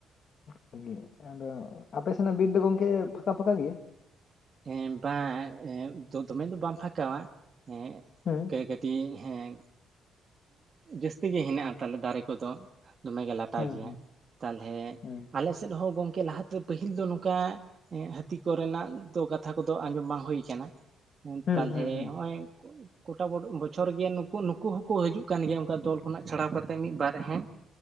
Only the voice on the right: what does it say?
ᱮᱸ ᱵᱟᱝ ᱮᱸ ᱫᱚ ᱫᱚᱢᱮ ᱫᱚ ᱵᱟᱝ ᱯᱷᱟᱠᱟᱣᱟ ᱮᱸᱜᱼᱼ
ᱮ ᱠᱟᱹᱴᱤᱡ ᱦᱮᱸ ᱡᱟᱹᱥᱛᱤ ᱜᱮ ᱦᱮᱱᱟᱜ-ᱟ ᱛᱟᱞᱮ ᱫᱟᱨᱮ ᱠᱚᱫᱚ᱾ ᱫᱚᱢᱮ ᱜᱮ ᱞᱟᱴᱟ
ᱜᱮᱭᱟ ᱛᱟᱞᱦᱮ
ᱟᱞᱮ ᱥᱮᱝ ᱦᱚᱸ ᱜᱚᱝᱠᱮ ᱞᱟᱦᱟ ᱛᱮᱼᱼ ᱯᱟᱹᱦᱤᱞ ᱫᱚ ᱱᱚᱝᱠᱟ ᱮᱸ ᱦᱟᱹᱛᱤ ᱠᱚᱨᱮ ᱱᱟᱜ ᱫᱚ ᱠᱟᱛᱷᱟ ᱠᱚᱫᱚ ᱟᱸᱡᱚᱢ ᱵᱟᱝ ᱦᱚᱭ ᱠᱟᱱᱟᱹ ᱾ ᱩᱸ
ᱛᱟᱞᱦᱮ
ᱦᱚᱸᱜᱼᱚᱭ ᱠᱚ ᱩᱱᱼᱼ ᱠᱚᱴᱟ ᱵᱚᱰ ᱵᱚᱪᱷᱚᱨ ᱜᱮ ᱱᱩᱠᱩ ᱱᱩᱠᱩ ᱦᱚᱸᱠᱚ ᱦᱤᱡᱩᱜ ᱠᱟᱱ ᱜᱮᱭᱟ ᱚᱱᱠᱟ ᱫᱚᱞ ᱠᱷᱚᱱᱟᱜ ᱪᱷᱟᱲᱟᱣ ᱠᱟᱛᱮᱜ ᱢᱤᱫ ᱵᱟᱨ ᱦᱮᱸ᱾